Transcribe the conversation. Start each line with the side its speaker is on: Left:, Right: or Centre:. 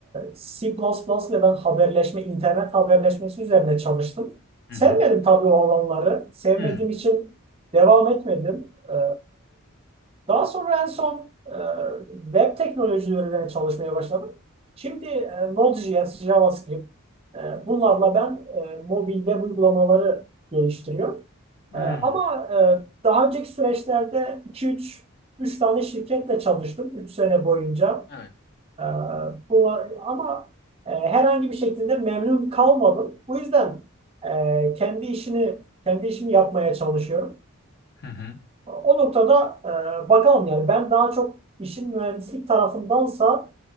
Right: C++ ile ben haberleşme, internet haberleşmesi üzerine çalıştım.
Left: Hı
Right: Sevmedim
Left: hı.
Right: tabii o alanları. Sevmediğim
Left: Hmm,
Right: için devam etmedim. E, daha sonra en son e, web teknolojilerine çalışmaya başladım. Şimdi e, Node.js, JavaScript e, bunlarla ben e, mobil web uygulamaları geliştiriyorum.
Left: hmm.
Right: E, ama e, daha önceki süreçlerde iki üç üç tane şirketle çalıştım 3 sene boyunca.
Left: Evet.
Right: E, bu, ama e, herhangi bir şekilde memnun kalmadım. Bu yüzden e, kendi işini kendi işimi yapmaya çalışıyorum.
Left: Hı hı.
Right: O noktada e, bakalım yani ben daha çok işin mühendislik tarafındansa